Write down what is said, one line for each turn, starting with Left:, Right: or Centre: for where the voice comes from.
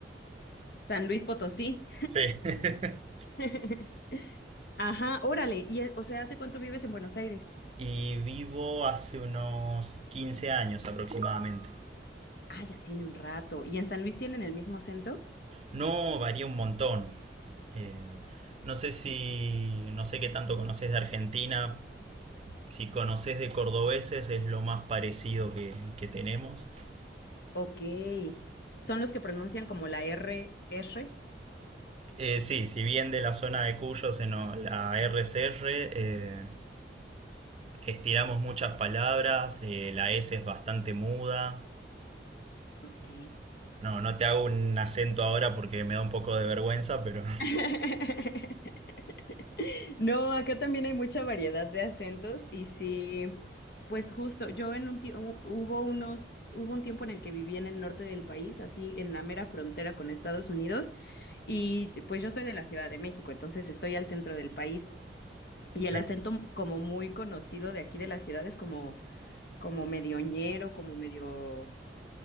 Left: San Luis Potosí.
Right: Sí. <laughs>
Left: <laughs> Ajá, órale. Y, eh, o sea, ¿hace cuánto vives en Buenos Aires?
Right: y vivo hace unos 15 años aproximadamente.
Left: Ah, ya tiene un rato. ¿Y en San Luis tienen el mismo acento?
Right: No varía un montón. Eh, no sé si, no sé qué tanto conoces de Argentina, si conoces de cordobeses es lo más parecido que, que tenemos.
Left: Ok. ¿Son los que pronuncian como la R, R?
Right: Eh, sí, si bien de la zona de Cuyo, se nos- la RCR, eh, estiramos muchas palabras, eh, la S es bastante muda.
Left: Ok.
Right: No, no te hago un acento ahora porque me da un poco de vergüenza, pero <laughs>
Left: <laughs> No, acá también hay mucha variedad de acentos y sí, pues justo, yo en un tiempo, hubo unos, hubo un tiempo en el que viví en el norte del país, así en la mera frontera con Estados Unidos, y pues yo soy de la Ciudad de México, entonces estoy al centro del país y
Right: sí.
Left: el acento como muy conocido de aquí de la ciudad es como, como medio ñero, como medio,